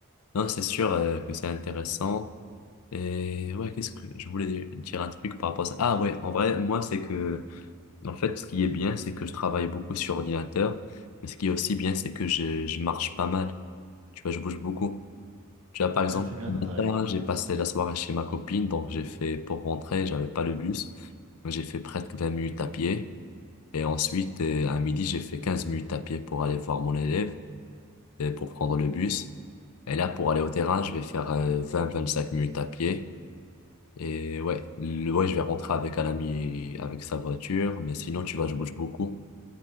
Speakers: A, on the left; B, on the right.
A: Non, c'est sûr euh, que c'est intéressant. Et ouais, qu'est-ce que je voulais dire un truc par rapport à ça? Ah ouais, en vrai, moi, c'est que En fait, ce qui est bien, c'est que je travaille beaucoup sur ordinateur, mais ce qui est aussi bien, c'est que je, je marche pas mal. Tu vois, je bouge beaucoup. Tu vois, par exemple,
B: Ouais, c'est bien,
A: ce matin,
B: t'as raison.
A: j'ai passé la soirée chez ma copine, donc j'ai fait, pour rentrer, j'avais pas le bus. Donc J'ai fait presque 20 minutes à pied. Et ensuite, euh, à midi, j'ai fait 15 minutes à pied pour aller voir mon élève, et pour prendre le bus. Et là, pour aller au terrain, je vais faire euh, vingt vingt-cinq minutes à pied. Et ouais, le, ouais, je vais rentrer avec un ami, avec sa voiture, mais sinon, tu vois, je bouge beaucoup.